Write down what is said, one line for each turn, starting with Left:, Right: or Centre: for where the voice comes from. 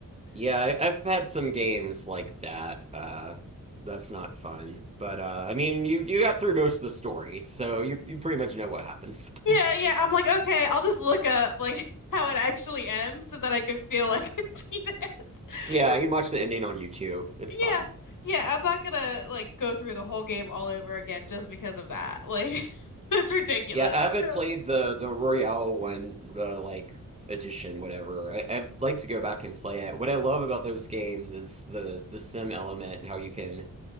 Right: Yeah, I, I've had some games like that. Uh, that's not fun. But uh, I mean, you you got through most of the story, so you you pretty much know what happens.
Left: Yeah,
Right: <laughs>
Left: yeah. I'm like, okay, I'll just look up like <laughs> how it actually ends so that I can feel like <laughs> I beat it. <laughs>
Right: Yeah,
Left: Because
Right: you can watch the ending on YouTube. It's
Left: yeah,
Right: fine.
Left: yeah, I'm not gonna like go through the whole game all over again just because of that. Like <laughs> that's ridiculous.
Right: Yeah, I haven't
Left: No.
Right: played the the Royale one, the like edition, whatever. I, I'd like to go back and play it. What I love about those games is the the sim element and how you can